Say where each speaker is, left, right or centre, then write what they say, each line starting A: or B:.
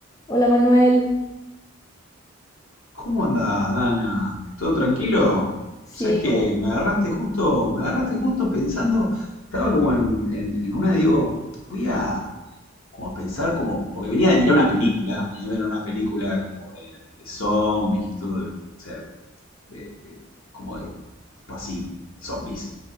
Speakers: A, on the left (about 15°); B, on the left (about 75°).
A: Hola Manuel.
B: ¿Cómo andás, Dana? ¿Todo tranquilo?
A: Sí,
B: ¿Sabes que
A: como,
B: Me agarraste justo, me agarraste justo pensando, estaba como en, en- en una, digo, voy a como a pensar como, porque venía de mirar una película, venía de mirar una película como de, de zombies y todo, de- o sea, de- de- como de tipo así, zombies.